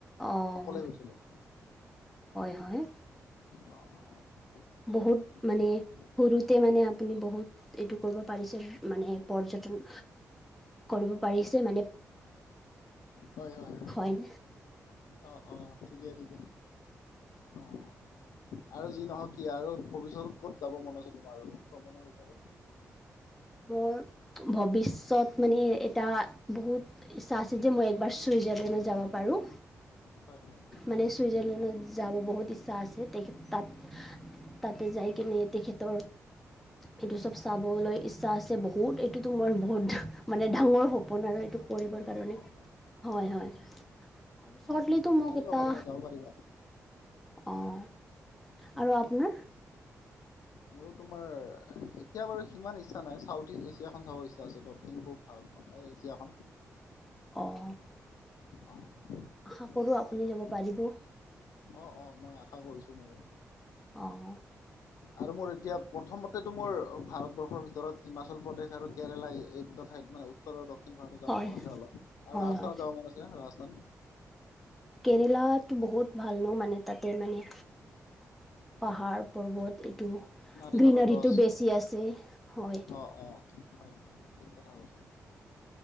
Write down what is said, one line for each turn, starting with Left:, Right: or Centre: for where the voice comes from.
Centre: অঁ
Left: অকলে গৈছিলো।
Centre: হয় হয়।
Left: অহ অহ তাৰপিছত
Centre: বহুত
Left: সেনেকুৱা।
Centre: মানে সৰুতে মানে আপুনি বহুত এইটো কৰিব পাৰিছে মানে পৰ্যটন কৰিব পাৰিছে মানে
Left: হয় হয় হয়
Centre: হয়নে
Left: অঁ। অঁ ঠিকে ঠিকে অঁ। অঁ আৰু যি নহওক কি আৰু ভৱিষ্যতত ক'ত যাব মন আছে তোমাৰ ভ্ৰমণৰ হিচাপত?
Centre: মোৰ ভৱিষ্যত মানে এটা বহুত ইচ্ছা আছে যে মই একবাৰ ছুইজাৰলেণ্ডত যাব পাৰোঁ।
Left: হয় হয়
Centre: মানে ছুইজাৰলেণ্ডত যাব বহুত ইচ্ছা আছে তেখেত তাত তাতে যাই কিনে তেখেত তো এইটো চব চাবলৈ ইচ্ছা আছে বহুত এইটোতো মই বহুত মানে ডাঙৰ সপোন আৰু এইটো
Left: সপোন
Centre: কৰিবৰ
Left: আৰু
Centre: কাৰণে
Left: অ অ
Centre: হয়,
Left: অ
Centre: হয়।
Left: অ
Centre: আৰু চ্বৰ্টলিতো
Left: অ
Centre: মোক
Left: পাৰিবা
Centre: এটা
Left: পাৰিবা যাব পাৰিবা
Centre: অ', আৰু
Left: অ
Centre: আপোনাৰ
Left: মোৰো তোমাৰ এতিয়া বাৰু সিমান ইচ্ছা নাই চাউথ ইষ্ট এছিয়াখন চাব ইচ্ছা আছে দক্ষিণ পূব ভাৰতখন এছিয়াখন
Centre: অ',
Left: অ
Centre: আশা
Left: চাই
Centre: কৰোঁ আপুনি
Left: লওঁ
Centre: যাব পাৰিব।
Left: অ', অ', মই আশা কৰিছো ময়ো।
Centre: অ'।
Left: আৰু মোৰ এতিয়া প্ৰথমতে টো মোৰ ভাৰতবৰ্ষৰ ভিতৰত হিমাচল প্ৰদেশ আৰু কেৰেলা এই দুটা ঠাইত মানে উত্তৰ দক্ষিণ ভাৰতত যাব
Centre: হয়
Left: মন আছে অলপ আৰু
Centre: হয়
Left: ৰাজস্থানত
Centre: হয়
Left: যাব মন আছে ৰাজস্থান
Centre: কেৰেলাটো বহুত ভাল ন মানে তাতে মানে পাহাৰ পৰ্বত এইটো
Left: নাৰিকলৰ
Centre: গ্ৰীনাৰীটো
Left: গছ
Centre: বেছি আছে হয়।
Left: অ', অ'। হয়, হয় ঠিক কথা কৈছা